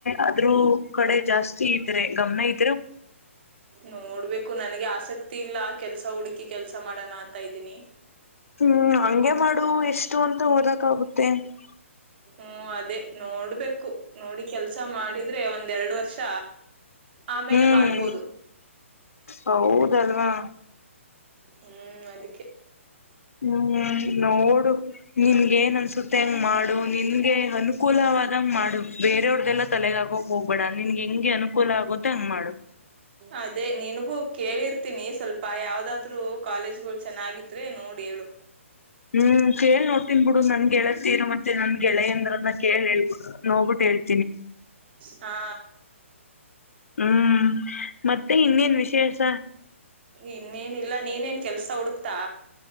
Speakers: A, on the left; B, on the right.
A: ಅದ್ರೂ ಕಡೆ ಜಾಸ್ತಿ ಇದತೆ ಗಮನ ಇ
B: ನೋಡ್ಬೇಕು ು ನನ್ಗೆ ಆಸಕ್ತಿ ಇಲ್ಲ ಕೆಲ್ಸ ಹುಡುಕಿ ಕೆಲ್ಸ ಮಾಡೋಣ ಅಂತ ಇದ್ದೀನಿ
A: ಹ್ಮ್ ಹಂಗೆ ಮಾಡು ಎಷ್ಟು ಅಂತ ಓದಕ್ ಆಾಗುತ್ತೆ ತ್ತ
B: ಹ್ಮ ಅದೇ ನೋಡ್ಬೇಕು ನೋಡಿ ಕೆಲ್ಸ ಮಾಡಿದ್ರೆ ಒಂದ್ ಎರಡು ವರ್ಷ ಆಮೇಲೆ
A: ಹ್ಮ್
B: ಮಾಡ್ಬೋದು
A: ಹೌದಲ್ವಾ
B: ಹ್ಮ್ ಅದಕ್ಕೆ
A: ಹ್ಮ್ ನೋಡು ನಿನ್ ಏನ್ ಅನ್ಸುತ್ತೆ ಹಂಗ್ ಮಾಡು ನಿನ್ಗೆ ಅನುಕೂಲವಾದಂಗ್ ಮಾಡು ಬೇರೆಯವ್ರ್ದಲ್ಲ ತಲೆಗಾಗು ಹೋಗ್ಬೇಡ ನಿನ್ಗೆ ಹೆಂಗೆ ಅನುಕೂಲ ಆಗುತ್ತೆ ಹಂಗ್ ಮಾಡುದು
B: ಅದೇ ನಿನಗೂ ಕೇಳಿರ್ತೀನಿ ಸ್ವಲ್ಪ ಯಾವ್ದಾದ್ರು ಕಾಲೇಜ್ಗಳು ಚೆನ್ನಾಗಿದ್ರೆ ನೋಡಿ ಹೇಳು
A: ಹ್ಮ್ ಕೇಳ್ ನೋಡ್ತನ್ ಬಿಡು ನನ್ ಗೆಳತೀರ್ ಮತ್ತೆ ನನ್ ಗೆಳೆ ಅಂದ್ರನ್ನ ಕೇಳ ಹೇಳ್ಬ ನೋ್ಬಿಟ್ಟ ಹೇಳ್ಿ
B: ಹಾ
A: ಹ್ಮ್ ಮತ್ತೆ ಇನ್ನೇನ್ ವಿಶೇಷ
B: ಇನ್ನೇನ ಇಿಲ್ಲಾ ನೀನೇನ್ ಕೆಲ್ಸ ಹುಡುಕ್ತಾ